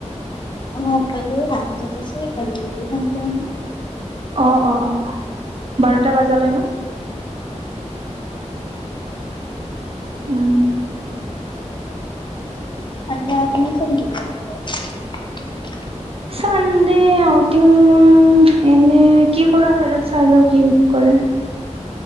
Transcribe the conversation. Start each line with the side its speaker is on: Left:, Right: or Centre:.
Left: অহ কালি হাফ ক্লাছ আছে কালি শনিবাৰ ন
Right: অ অ অ বাৰটা বাজালৈ ন উম
Left: <unintelligible>
Right: চানডে আউটিং এনে কি কৰা হয় ৰ চাই লওঁ কি ক কৰে